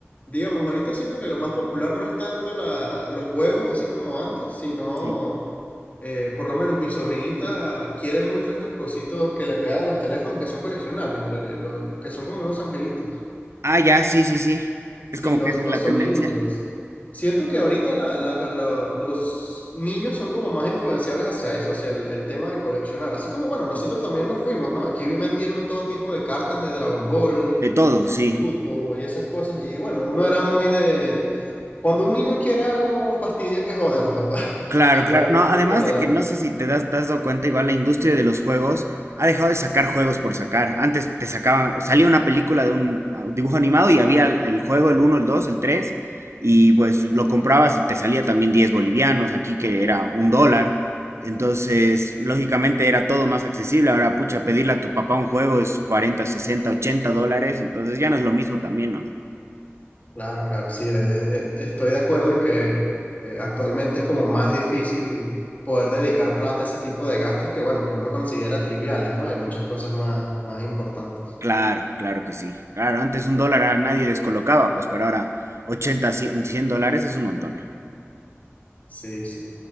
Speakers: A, on the left; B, on the right.
A: digamos, ahorita siento que lo más popular no es tanto la, los juegos así como antes, sino,
B: Sí.
A: eh, por lo menos mi sobrinita quiere mucho estos cositos que le pegan a los teléfonos que son coleccionables, el- el- lo- que son como unos angelitos.
B: Ah, ya, sí, sí, sí.
A: Sí,
B: Es como
A: los,
B: que esa es
A: los
B: la
A: Sony
B: tendencia.
A: Angels. Siento que ahorita la- la- la- los niños son como más influenciables hacia eso, hacia el, el tema de coleccionar. Así como, bueno, nosotros también lo fuimos, ¿no? Aquí vendieron todo tipo de cartas de Dragon Ball,
B: De todo,
A: de
B: sí.
A: Naruto y esas cosas. Y bueno, uno era muy de... Cuando un niño quiere algo, fastidia que jode a los papás. <laughs>
B: Claro,
A: Hasta
B: claro.
A: que
B: No, además
A: se lo
B: de
A: dan.
B: que no sé si te das, te has dado cuenta, igual la industria de los juegos ha dejado de sacar juegos por sacar. Antes te sacaban, salía una película de un ah, dibujo animado y había el, el juego, el uno, el 2, el 3 y pues lo comprabas y te salía también 10 bolivianos, aquí que era un dólar. Entonces, lógicamente era todo más accesible. Ahora, pucha, pedirle a tu papá un juego es 40, 60, 80 dólares. Entonces ya no es lo mismo también, ¿no?
A: Claro, claro, sí, de- de- estoy de acuerdo en que eh, actualmente es como más difícil poder dedicar plata a ese tipo de gastos que, bueno, que uno considera triviales, ¿no? Hay muchas cosas más, más importantes.
B: Claro, claro que sí. Claro, antes un dólar a nadie descolocaba, pues, pero ahora 80 100 100 dólares es un montón.
A: Sí, sí.